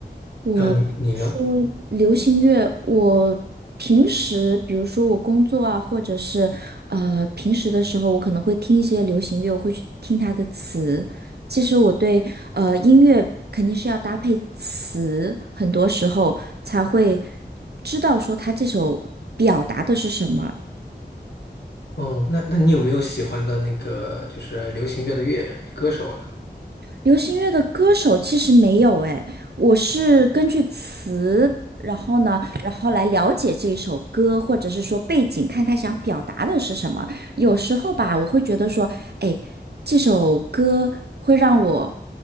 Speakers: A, on the right; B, on the left.
A: 我比如说流行乐，
B: 那你你呢？
A: 我平时比如说我工作啊，或者是呃平时的时候，我可能会听一些流行乐，我会去听它的词。其实我对呃音乐肯定是要搭配词，很多时候才会知道说它这首表达的是什么，
B: 哦，那那你有没有喜欢的那个就是流行乐的乐歌手啊？
A: 流行乐的歌手其实没有哎，我是根据词，然后呢，然后来了解这一首歌，或者是说背景，看他想表达的是什么。有时候吧，我会觉得说，哎，这首歌会让我